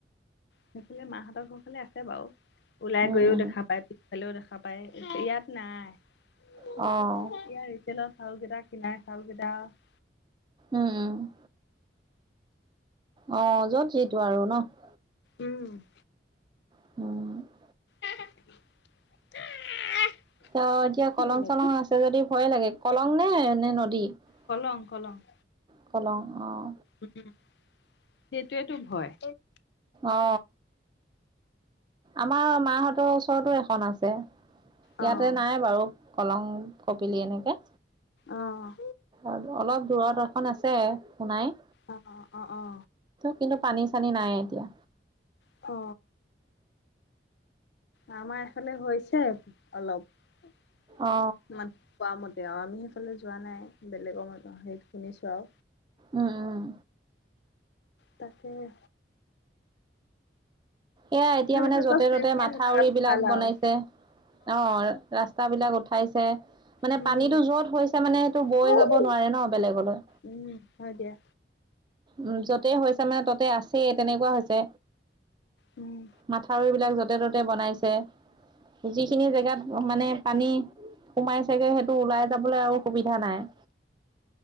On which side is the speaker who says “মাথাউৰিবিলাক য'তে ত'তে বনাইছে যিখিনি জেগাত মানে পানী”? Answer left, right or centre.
Right